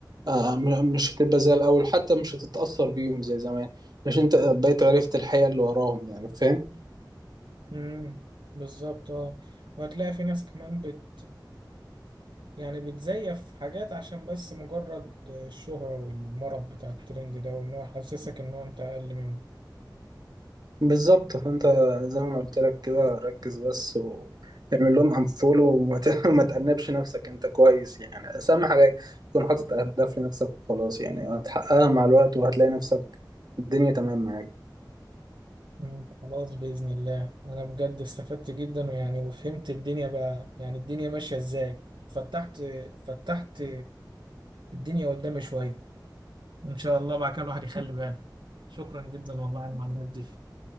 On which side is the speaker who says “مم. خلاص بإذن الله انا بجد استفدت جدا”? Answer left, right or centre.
Right